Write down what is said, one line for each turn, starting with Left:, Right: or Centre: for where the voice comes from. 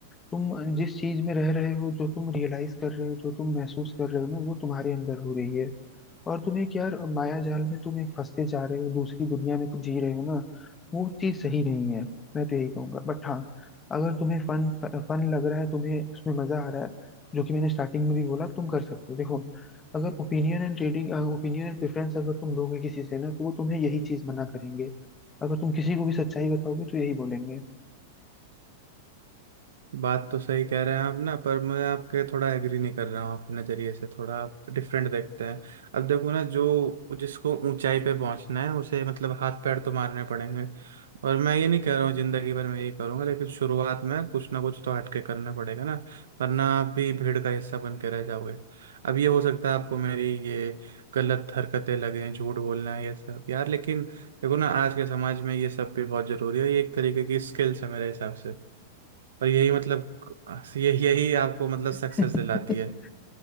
Left: तुम जिस चीज में रह रहे हो जो तुम रियलाइज कर रहे हो जो तुम महसूस कर रहे हो ना वो तुम्हारे अंदर हो रही है और तुम एक यार माया जाल में तुम एक फंसते जा रहे हो दूसरी दुनिया में जी रहे हो ना वो चीज सही नहीं है मैं तो यही कहूंगा बट हाँ अगर तुम्हें फन फन लग रहा है तुम्हें उसमें मजा आ रहा है जो कि मैंने स्टार्टिंग में भी बोला तुम कर सकते हो देखो अगर opinion and trading opinion and preference अगर तुम लोगे किसी से ना तो वो तुम्हें यही चीज मना करेंगे अगर तुम किसी को भी सच्चाई बताओगे तो यही बोलेंगे
Right: बात तो सही कह रहे हैं आप ना पर मैं आपके थोड़ा एग्री नहीं कर रहा हूँ आपके नज़रिए से थोड़ा आप डिफरेंट देखते हैं अब देखो ना जो जिसको ऊंचाई पे पहुंचना है उसे मतलब हाथ पैर तो मारने पड़ेंगे और मैं ये नहीं कह रहा हूँ जिंदगी भर मैं ये करूंगा लेकिन शुरुआत में कुछ ना कुछ तो हट के करना पड़ेगा ना वरना आप भी भीड़ का हिस्सा बन के रह जाओगे अब ये हो सकता है आपको मेरी ये गलत हरकतें लगें झूठ बोलना है ये सब यार लेकिन देखो ना आज के समाज में ये सब भी बहुत जरूरी है ये एक तरीके की स्किल्स है मेरे हिसाब से और यही मतलब यही यही आपको मतलब सक्सेस
Left: <laughs>
Right: दिलाती है